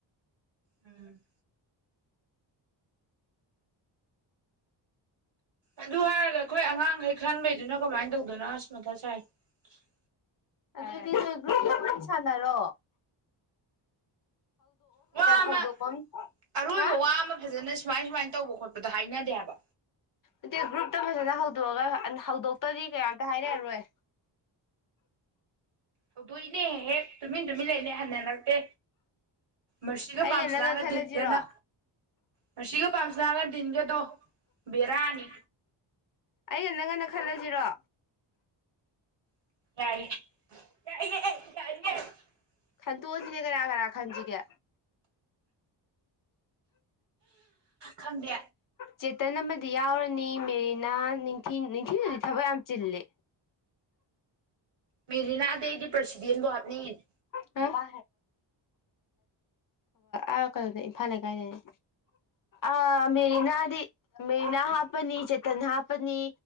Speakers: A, on the right (about 65°); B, on the left (about 45°).
A: ꯎꯝ ꯑꯗꯨ ꯍꯥꯏꯔꯒ ꯑꯩꯈꯣꯏ ꯑꯉꯥꯡꯈꯩ ꯈꯟꯕꯩꯗꯨꯅ ꯀꯃꯥꯏꯅ ꯇꯧꯗꯣꯏꯅꯣ ꯑꯁ ꯃꯊꯥ ꯁꯥꯏ <unintelligible>
B: <unintelligible> ꯋꯥꯔꯤ ꯁꯅꯔꯣ
A: ꯋꯥ ꯑꯃ
B: ꯍꯧꯗꯣꯛꯐꯝ
A: ꯑꯔꯣꯏꯕ
B: ꯍꯥ
A: ꯋꯥ ꯑꯃ ꯐꯖꯅ ꯁꯨꯃꯥꯏ ꯁꯨꯃꯥꯏꯅ ꯇꯧꯕ ꯈꯣꯠꯄꯗꯣ ꯍꯥꯏꯅꯗꯦꯕ
B: ꯅꯠꯇꯦ ꯒꯔꯨꯞ ꯍꯛꯇ ꯐꯖꯅ ꯍꯧꯗꯣꯛꯑꯒ ꯍꯧꯗꯣꯛꯇ꯭ꯔꯗꯤ ꯀꯌꯥꯝꯇ ꯍꯥꯏꯔꯑꯔꯣꯏ
A: ꯍꯧꯗꯣꯛꯏꯅꯦꯍ ꯍꯦꯛ ꯇꯨꯃꯤꯟ ꯇꯨꯃꯤꯟ ꯂꯩꯅꯦ ꯍꯟꯅꯂꯛꯇꯦ ꯃꯁꯤꯒ
B: ꯑꯩꯒ
A: ꯄꯥꯝꯁꯤꯂꯒ
B: ꯅꯪꯒ ꯈꯜꯂꯁꯤꯔꯣ
A: ꯒꯅ ꯃꯁꯤꯒ ꯄꯥꯝ ꯅ ꯤꯟꯒꯦꯗꯣ ꯕꯤꯔꯥꯅꯤ
B: ꯑꯩꯅꯟꯅꯪ ꯉꯟꯅ ꯈꯜꯂꯁꯤꯔꯣ
A: ꯌꯥꯏ ꯌꯥꯏ ꯌꯥꯏ
B: ꯈꯟꯗꯣꯛꯑꯁꯤꯅꯦ ꯀꯔꯥ ꯀꯔꯥ ꯈꯟꯁꯤꯒꯦ
A: ꯈꯪꯗꯦ
B: ꯆꯦꯇꯟ ꯑꯃꯗꯤ ꯌꯥꯎꯔꯅꯤ ꯃꯦꯔꯤꯅꯥ ꯅꯤꯡꯊꯤ ꯅꯤꯡꯊꯤꯅꯗꯤ ꯊꯕꯛ ꯌꯥꯝ ꯆꯤꯜꯂꯤ
A: ꯃꯦꯔꯤ ꯅꯅꯥꯗꯗꯤ ꯄ꯭ꯔꯁꯗꯦꯟꯕꯨ ꯍꯄꯡꯉꯤꯅꯦ
B: ꯊꯕꯥ ꯑ ꯀꯩꯅ ꯏꯝꯐꯥꯜ ꯂꯩ ꯀꯥꯏꯗꯗꯤ ꯑ ꯃꯦꯔꯤꯅꯥꯗꯤ ꯃꯦꯔꯤꯅꯥ ꯍꯥꯞꯄꯅꯤ ꯆꯇꯟ ꯍꯥꯞꯄꯅꯤ